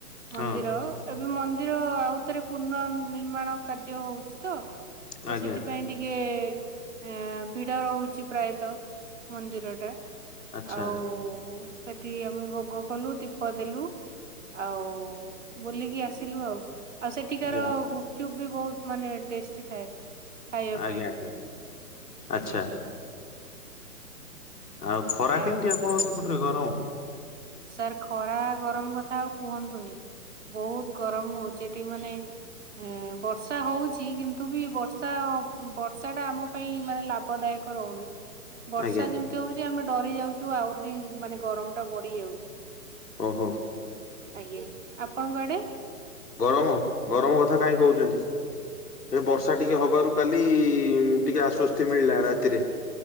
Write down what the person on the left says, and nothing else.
ହଁ
ଆଜ୍ଞା
ଆଚ୍ଛା
ଯା
ଆଜ୍ଞା
ଆଜ୍ଞା ଆଚ୍ଛା।
ଆଉ ଖରା
କେମିତି ଆପଣ ସେ ପୁଟରେ ଗରମ।
ଆଜ୍ଞା
ଓହୋ।
ଗରମ, ଗରମ କଥା କାହିଁ କହୁଛନ୍ତି। ଏ ବର୍ଷା ଟିକେ ହବାରୁ କାଲି ଟିକେ ଆଶ୍ଵସ୍ତି ମିଳିଲା ରାତିରେ।